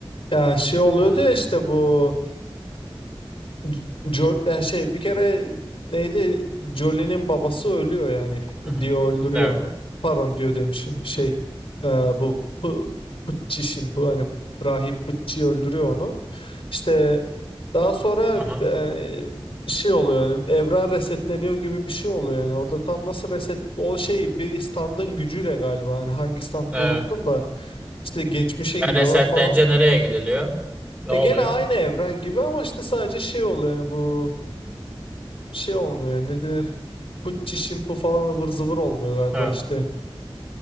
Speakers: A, on the left; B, on the right.
A: Ya şey oluyordu
B: Ee, hı
A: ya işte bu C- Jo-
B: hı.
A: e, şey bir kere neydi? Jolie'nin babası ölüyor yani.
B: Hı hı.
A: Dio öldürüyor
B: Evet.
A: onu. Pardon Dio demişim. Şey e, bu Pu- Pucci şimdi bu hani rahip Pucci öldürüyor onu. İşte daha sonra
B: Hı hı.
A: e, şey oluyor yani evren resetleniyor gibi bir şey oluyor yani. Orada tam nasıl reset o şey bir standın gücüyle galiba hani hangi standı
B: Evet.
A: unuttum da işte geçmişe
B: Yani
A: gidiyorlar
B: resetlenince
A: falan.
B: nereye gidiliyor? Ne
A: E
B: oluyor?
A: gene aynı evren gibi ama işte sadece şey oluyor yani bu şey olmuyor yani ne denir pıtçı şimpu falan ıvır zıvır olmuyor galiba
B: Ha.
A: işte.